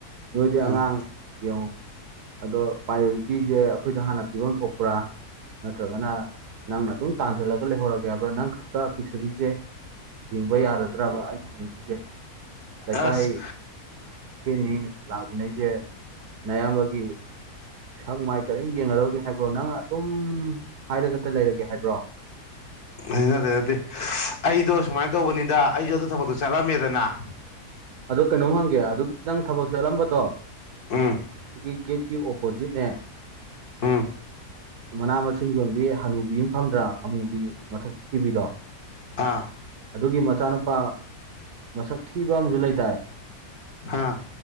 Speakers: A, on the right; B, on the left.
A: ꯅꫭꯏꯗꯤ
B: ꯎꯝ
A: ꯑꯉꯥꯡ ꯌꯩꯡꯉꯨ ꯑꯗꯣ ꯄ꯭ꯔꯥꯏꯌꯣꯔꯤꯇꯤꯁꯦ ꯑꯩꯈꯣꯏꯗ ꯍꯥꯟꯅ ꯄꯤꯐꯝ ꯊꯣꯛꯄ꯭ꯔꯥ ꯅꯠꯇ꯭ꯔꯒꯅ ꯅꯪꯅ ꯑꯗꯨꯝ ꯇꯥꯟꯁꯤꯜꯂꯒ ꯂꯩꯍꯧꯔꯒꯦ ꯍꯥꯏꯕ꯭ꯔꯥ ꯅꯪ ꯈꯛꯇ ꯄꯤꯔꯤꯊꯕꯤꯁꯦ ꯍꯤꯡꯕ ꯌꯥꯔꯗ꯭ꯔꯕ ꯑꯩꯅ ꯍꯪꯅꯤꯡꯉꯤꯁꯦ ꯂꯩꯀꯥꯏ
B: ꯑꯁ
A: ꯁꯤꯅꯤ ꯂꯥꯛꯃꯤꯟꯅꯩꯁꯦ ꯑꯌꯥꯝꯕꯒꯤ ꯁꯪ ꯃꯥꯏ ꯀꯔꯤꯝ ꯌꯦꯡꯅꯔꯒꯦ ꯍꯥꯏꯕ꯭ꯔꯣ ꯅꯪꯅ ꯑꯗꯨꯝ ꯍꯥꯏꯔꯒꯇ ꯂꯩꯔꯒꯦ ꯍꯥꯏꯕ꯭ꯔꯣ
B: ꯑꯩꯅꯅꯗꯤ ꯑꯩꯗꯣ ꯁꯨꯃꯥꯏꯅ ꯇꯧꯕꯅꯤꯗ ꯑꯩꯁꯨ ꯑꯗꯨ ꯊꯕꯛꯇꯣ ꯆꯠꯂꯝꯃꯦꯗꯅ
A: ꯑꯗꯣ ꯀꯩꯅꯣꯝ ꯍꯪꯒꯦ ꯑꯗꯨꯒꯤ ꯈꯤꯇꯪ ꯊꯕꯛ ꯆꯠꯂꯝꯕꯗꯣ
B: ꯎꯝ
A: ꯑꯒꯤ ꯦꯠꯀꯤ ꯑꯣꯄꯣꯖꯤꯠꯅꯦ
B: ꯎꯝ
A: ꯃꯅꯥ ꯃꯁꯤꯡ ꯌꯣꯟꯕꯤ ꯍꯅꯨꯕꯤ ꯑꯃ ꯐꯝꯗ꯭ꯔꯥ ꯑꯃꯨꯕꯤ ꯃꯊꯛ ꯊꯤꯕꯤꯗꯣ
B: ꯑꯥ
A: ꯑꯗꯨꯒꯤ ꯃꯆꯥꯅꯨꯄꯥ ꯃꯁꯛ ꯊꯤꯕ ꯑꯃꯁꯨ ꯂꯩ ꯇꯥꯏ
B: ꯍꯥꯥ